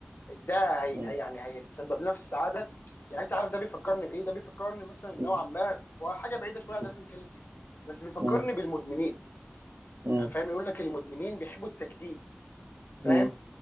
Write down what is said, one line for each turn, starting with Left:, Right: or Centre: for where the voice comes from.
Left: ده هي
Right: م-
Left: هي- يعني هيتسبب لنا في السعاده يعني انت عارف ده بيفكرني بايه ده بيفكرني مثلا نوعا
Right: م-
Left: ما هو حاجه بعيده شويه
Right: م-
Left: عن اللي احنا بنتكلم فيه بس بيفكرني
Right: م-
Left: بالمدمنين
Right: م-
Left: يعني فاهم يقول لك المدمنين بيحبوا التجديد فاهم
Right: م-